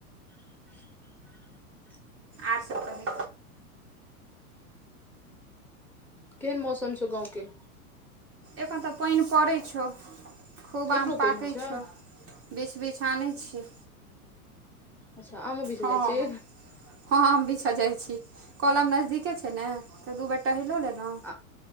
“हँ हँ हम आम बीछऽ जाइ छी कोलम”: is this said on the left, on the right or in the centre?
Right